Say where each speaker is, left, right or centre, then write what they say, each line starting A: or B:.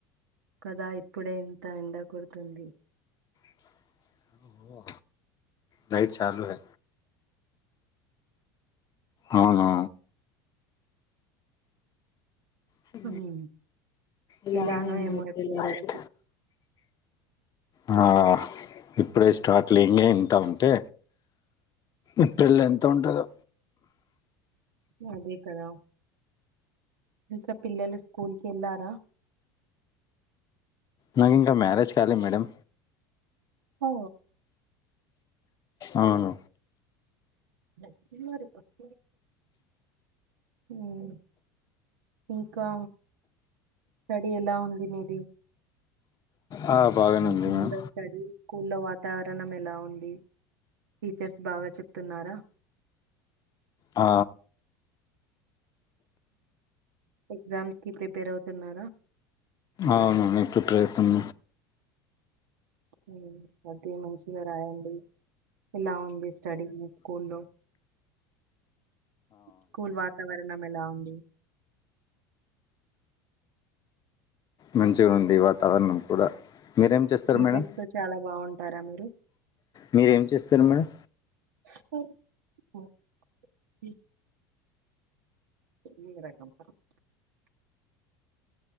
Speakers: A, on the right; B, on the left.
A: కదా ఇప్పుడే ఇంత ఎండ కొడుతుంది
B: <unintelligible> నైట్ చాలులే అవును హు
A: ఉమ్,
B: ఇలానే
A: ఎలానో
B: మేము
A: ఏమో
B: బయటికి
A: ఏప్రిల్
B: వెళ్లలేదు
A: వరకు
B: ఆ ఇప్పుడే స్టార్ట్లు ఇంగే ఇంత ఉంటే ఏప్రిల్ లో ఎంత ఉంటదో
A: అదే కదా ఇంకా పిల్లలు స్కూల్ కి వెళ్లారా
B: నాకు ఇంకా మ్యారేజ్ కాలేదు మేడం
A: ఓ,
B: అవును
A: <inaudible> మ్మ్ ఇంకా స్టడీ ఎలా ఉంది మీది
B: ఆ బాగానే
A: మంచిగుందా
B: ఉంది మేడం
A: స్టడీ స్కూల్ లో వా తావరణం ఎలా ఉంది. టీచర్స్ బాగా చెప్తున్నారా
B: ఆ
A: ఎగ్జామ్స్ కి ప్రిపేర్ అవుతున్నారా
B: అవునండి ప్రిపేర్ అవుతున్న
A: మ్మ్ <unintelligible> రాయండి ఎలా ఉంది మీ స్టడి మీ స్కూల్ లో స్కూల్ వాతావరణం ఎలా ఉంది
B: మంచిగా ఉంది వాతావరణం కూడా మీరేం చేస్తారు
A: టీచెర్స్
B: మేడం
A: తో చాలా బాగుంటారా మీరు
B: మీరేం చేస్తారు మేడం
A: ప్చ్ <inaudible>